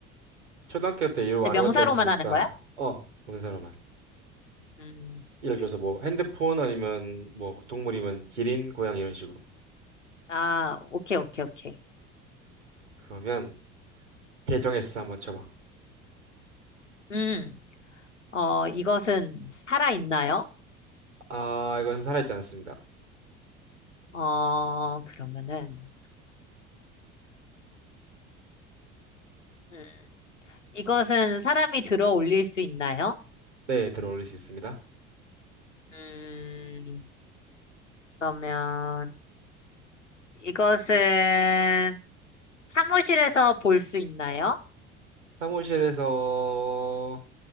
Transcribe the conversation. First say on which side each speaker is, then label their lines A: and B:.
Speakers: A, on the right (about 80°); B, on the left (about 85°).
A: 초등학교 때 이런 거안
B: 근데
A: 해봤다
B: 명사로만
A: 했으니까,
B: 하는 거야?
A: 어, 뭔 사람만.
B: 음,
A: 예를 들어서 뭐 핸드폰 아니면 뭐 동물이면 기린, 고양 이런 식으로.
B: 아, 오케이, 오케이, 오케이.
A: 그러면 계정에서 한번 쳐봐.
B: 음. 어, 이것은 살아있나요?
A: 아, 이것은 살아있지 않습니다.
B: 어, 그러면은, 음, 이것은 사람이 들어 올릴 수 있나요?
A: 네, 들어올릴 수 있습니다.
B: 음, 그러면, 이것은 사무실에서 볼 수 있나요?
A: 사무실에서